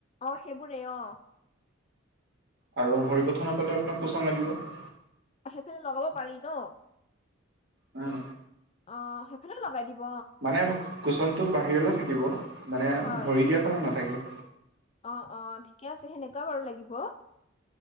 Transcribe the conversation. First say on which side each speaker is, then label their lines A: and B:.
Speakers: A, on the left (about 30°); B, on the right (about 55°).
A: অ, সেইবোৰেই অ।
B: আৰু ভৰি কথা নাপালে আপোনাক কোচন লাগিব?
A: অহ, সেইফালে লগাব পাৰি ন।
B: উম।
A: অ, সেইফালেও লগাই দিব।
B: মানে কুচনটো বাহিৰলৈ থাকিব মানে
A: হয়
B: ভৰি দিয়া ফালে নাথাকে।
A: অ', অ', ঠিকে আছে সেনেকুৱা বাৰু লাগিব।